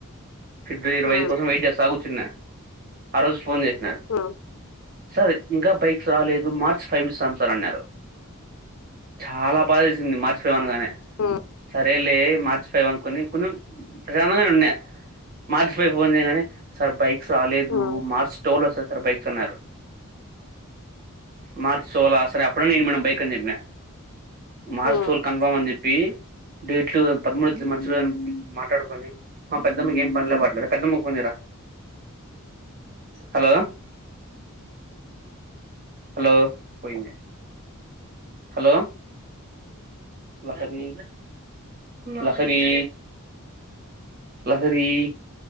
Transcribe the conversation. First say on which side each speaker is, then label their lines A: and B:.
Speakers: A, on the right; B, on the left.
A: ఫిబ్రవరి ఇరవై
B: హ్మ్
A: ఐదు కోసం వెయిట్ చేస్తా కు ర్చున్న ఆ రోజు ఫోన్ చేస్
B: ఆ
A: సార్ ఇంకా బైక్స్ రాలేదు మార్చి ఫైవ్ ఇస్తాం సార్ అన్నారు చాలా బాధ వేసింది మార్చి ఫైవ్ అనగానే
B: హ్మ్
A: సరేలే మార్చి ఫైవ్ అనుకుని కొంచెం ప్రశాంతంగానే ఉన్న మార్చి ఫైవ్ ఫోన్ చేయగానే సార్ బైక్స్ రాలేదు
B: హ్మ్
A: మార్స్ టోల్ సార్ సార్ బైక్స్ అన్నారు మార్చ్ టువల్ సరే అప్పుడు అన్న ఇయ్యండి మేడమ్ బైక్ అనీ చెప్పిన మార్చ్
B: హ్మ్
A: టువల్ కన్ఫర్మ్ అని చెప్పి డేట్లు పదమూడు మంచి మాట్లాడుకొని మా పెద్దమ్మకి ఏం పనిలే పాట్లా పెద్దమ్మ కి ఫోన్ చెయ్ రా హలో హలో పోయింది హలో లహరి లహరి లహరి